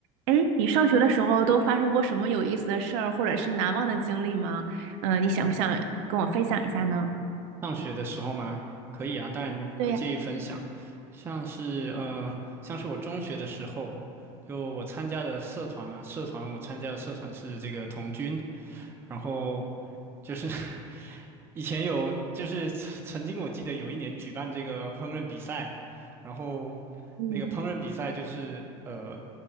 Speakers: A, on the right (about 75°); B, on the right (about 15°).
A: 哎，你上学的时候都发生过什么有意思的事儿，或者是难忘的经历吗？嗯、你想不想跟我分享一下呢？
B: 上学的时候嘛，可以啊，当然不介意分享。
A: 对呀，
B: 像是呃，像是我中学的时候，就我参加的社团嘛，社团我参加的社团是这个童军，然后就是 <laughs> 以前有，就是曾曾经我记得有一年举办这个烹饪比赛，然后
A: 嗯
B: 那个烹饪比赛就是呃